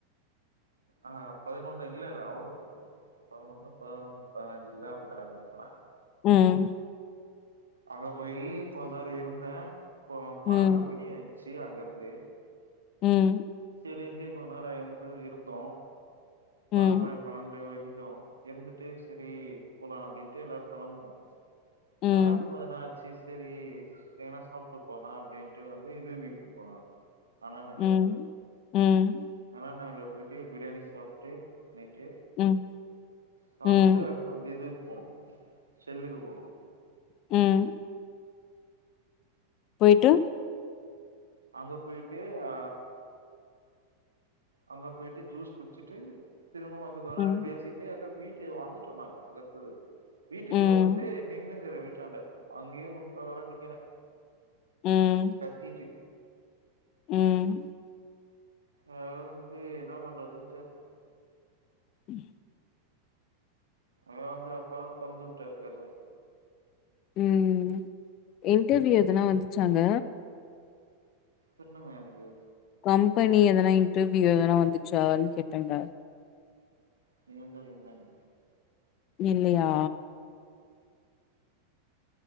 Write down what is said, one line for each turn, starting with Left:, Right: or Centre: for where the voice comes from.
Right: அ பதினொன்னு இல்லலல்ல அவ்ளோக்குல்லா இல்ல மேடம் பதினொண்ணு பதினொன்னு பதினஞ்சு குத்தா கெளம்பிருப்பே
Left: ம்
Right: அங்க போயி கொஞ்ச நேரோ இருந்தே ப்போ
Left: ம்,
Right: பன்னண்டு மணி ஆச்சு அங்கருந்து
Left: ம்
Right: சேரிண்ட்டு கொஞ்ச நேரோ இங்க இருந்தோ
Left: ம்,
Right: பன்னெ பன்னெண்டு வரைக்கு இருந்துட்டு சரி போலா அப்டின்ட்டு எல்லாரு கெளம்புவோ
Left: ம்,
Right: கெளம்பு போது என்னா ச்சு சேரி சரி எங்னா சாப்ட்டு போலா அப்டின்ட்டு வந்து இது வீட்டுக்கு போனாங்க அண்ணா நகரு
Left: ம், ம்
Right: அண்ணா நகர்ல பொய்ட்டு பிரியாணி சாப்ட்டு நைட்டு
Left: ம்,
Right: சாப்ட்டு
Left: ம்,
Right: அதுக்கப்றோ வந்து இதுக் போனோ செல்லுக்கு போனோ
Left: ம் பொய்ட்டு
Right: அங்க பொய்ட்டு அ அங்க பொய்ட்டு ஜூஸ் குடிச்சுட்டு திரும்பவு வந்து கொஞ்ச நேரோ
Left: ம்,
Right: பேசிட்டு <unintelligible> வீட்டுக்கு வந்துட்டோ நாங்க அதுப்றோ வீட்டுக்கு
Left: ம்,
Right: வந்துட்டு நின்னுக்குறே வீட்டாண்ட அங்கேயே ஒன்ற வர நிக்கிறே
Left: ம்,
Right: கத்திட்டு
Left: ம்
Right: அ வந்து என்ன பண்றதுன் தெர்ல
Left: ம்
Right: அத வந்து அப்ப தான் தொறந்து வுட்டாரு கதவு
Left: ம் இன்டர்வியூ எதுனா வந்துச்சாங்க
Right: தெர்லங்க எனகு
Left: கம்பெனி எதனா இன்டர்வியூ எதனா வந்துச்சான் கேட்டங்க
Right: நீயுதா இல்லங்க
Left: இல்லயா